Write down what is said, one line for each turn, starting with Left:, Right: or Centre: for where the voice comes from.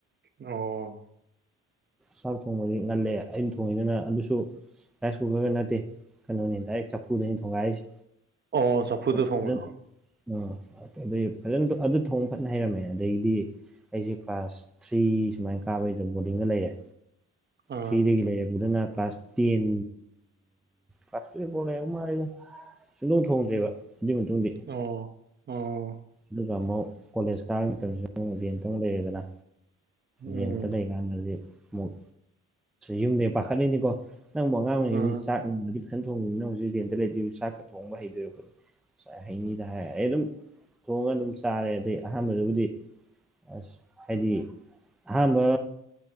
Right: ꯑꯣ
Centre: ꯆꯥꯛ ꯊꯣꯡꯕꯗꯤ ꯉꯜꯂꯦ ꯑꯩꯅ ꯊꯣꯡꯉꯤꯗꯅ ꯑꯗꯨꯁꯨ ꯔꯥꯏꯁ ꯀꯨꯀꯔꯒ ꯅꯠꯇꯦ ꯀꯩꯅꯣꯅꯤ ꯗꯥꯏꯔꯦꯛ ꯆꯐꯨꯗꯅꯤ ꯊꯣꯡꯒꯥꯏꯔꯤꯁꯦ
Right: ꯑꯣ ꯆꯐꯨꯗ
Centre: ꯑ
Right: ꯊꯣꯡꯕꯗꯣ
Centre: ꯑꯗꯨꯩ ꯐꯖꯅ ꯑꯗꯨ ꯊꯣꯡ ꯐꯖꯅ ꯍꯩꯔꯝꯃꯦ ꯑꯗꯒꯤꯗꯤ ꯑꯩꯁꯦ ꯀ꯭ꯂꯥꯁ ꯊ꯭ꯔꯤ ꯁꯨꯃꯥꯏꯅ ꯀꯥꯕꯩꯗ ꯕꯣꯔꯗꯤꯡꯗ ꯂꯩꯔꯦ
Right: ꯑꯥ
Centre: ꯊ꯭ꯔꯤꯗꯒꯤ ꯂꯩꯔꯛꯄꯗꯨꯅ ꯀ꯭ꯂꯥꯁ ꯇꯦꯟ ꯀ꯭ꯂꯥꯁ ꯇꯨꯌꯦꯞꯄꯥꯎ ꯂꯩꯔꯛ ꯃꯥꯂꯦꯗ ꯁꯨꯛꯊꯣꯡ ꯊꯣꯡꯗ꯭ꯔꯦꯕ ꯑꯗꯨꯏ ꯃꯇꯨꯡꯗꯗꯤ
Right: ꯑꯣ ꯑꯣ
Centre: ꯑꯗꯨꯒ ꯑꯃꯨꯛ ꯀꯣꯂꯦꯖ ꯀꯥꯕꯒꯤ ꯃꯇꯝꯁꯤ ꯑꯃꯨꯛ ꯔꯦꯟꯇ ꯃꯨꯛ ꯂꯩꯔꯦꯗꯅ
Right: ꯎꯝ
Centre: ꯔꯦꯟꯇ ꯂꯩꯀꯥꯟꯗꯗꯤ ꯑꯃꯨꯛ ꯌꯨꯝꯗꯒꯤꯩ ꯄꯥꯈꯠꯂꯤꯅꯤꯀꯣ ꯅꯪꯕꯨ ꯑꯉꯥꯡ ꯑꯣꯏꯔꯤꯉꯩꯗꯤ
Right: ꯑꯥ
Centre: ꯆꯥꯛ ꯅꯨꯡꯃꯗꯤ ꯐꯖꯅ ꯊꯣꯡꯉꯅꯤꯅ ꯍꯧꯖꯤꯛ ꯔꯦꯟꯇ ꯂꯩꯗꯣꯏ ꯆꯥꯛꯀ ꯊꯣꯡꯕ ꯍꯩꯗꯣꯏꯔ ꯉꯥꯏ ꯍꯩꯅꯤꯗ ꯍꯥꯏ ꯑꯩ ꯑꯗꯨꯝ ꯊꯣꯡꯉꯒ ꯑꯗꯨꯝ ꯆꯥꯔꯦ ꯑꯗꯩ ꯑꯍꯥꯟꯕꯗꯕꯨꯗꯤ ꯑꯁ ꯍꯥꯏꯗꯤ ꯑꯍꯥꯟꯕ